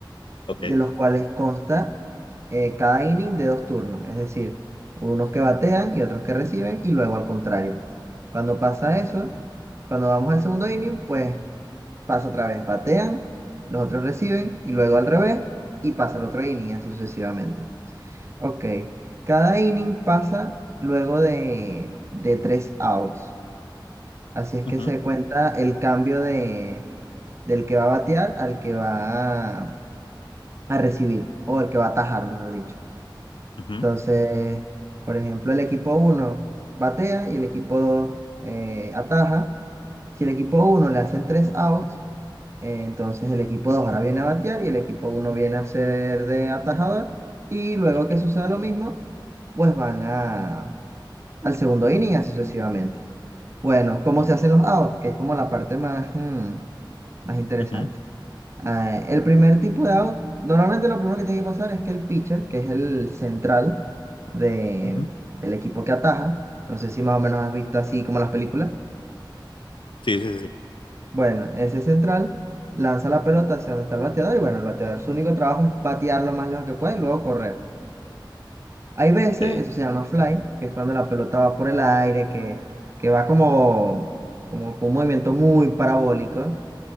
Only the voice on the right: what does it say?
de los cuales consta eh, cada inning de dos turnos, es decir, unos que batean y otros que reciben, y luego al contrario. Cuando pasa
eso, cuando vamos al segundo inning, pues pasa otra vez, batean, los otros reciben y luego al revés y pasa el otro inning, así sucesivamente. Ok, cada inning pasa luego de, de tres outs, así es
que se cuenta el cambio de, del que va a batear al que va a, a recibir o el que va a atajar, mejor dicho.
Entonces, por ejemplo, el equipo uno batea y el equipo 2 ataja. Si el equipo uno le hacen tres outs, Eh, Entonces el equipo 2 ahora viene a batear y el equipo uno viene a ser de atajador. Y luego
que suceda lo mismo, pues van a, al segundo inning y así sucesivamente. Bueno, ¿cómo
se hacen los outs? Que es como la parte más, mm, más interesante.
Ah, el primer tipo de out, normalmente lo primero que tiene que pasar es que el pitcher, que es el central de,
del equipo que ataja, no sé si más o menos has visto así como las películas,
Bueno, ese central lanza la pelota hacia donde está el bateador y bueno, el bateador su único trabajo es batear lo más lejos que puede y luego correr. Hay veces,
eso se llama fly, que es cuando la pelota va por el aire, que, que va como, como con un movimiento muy parabólico.